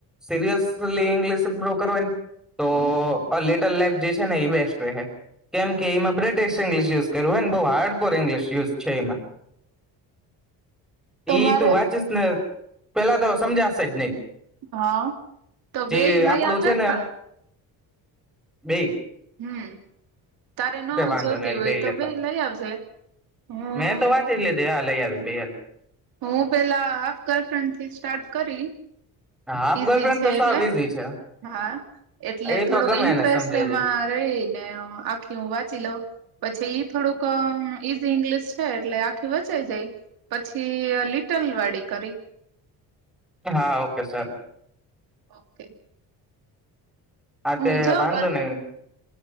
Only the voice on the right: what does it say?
હમ
તો
મારે
હા તો
બે
લઈ
આવજે
પણ
હમ તારે ન
જોતી
હોય
તો
બે
લઈ આવજે હમ
હું પેલા હાફ ગર્લફ્રેન્ડ થી સ્ટાર્ટ કરી
ઈઝી
છે
એટલે
હા એટલે
થોડોક
ઇન્ટરેસ્ટ
એમાં રહીને આખી હું વાંચી લઉં પછી ઈ થોડુંક ક ઈઝી ઇંગ્લિશ છે એટલે આખી વચાઈ જાય. પછ થી લિટલ વાડી કરી.
ઓકે.
હું
જો
વર્ક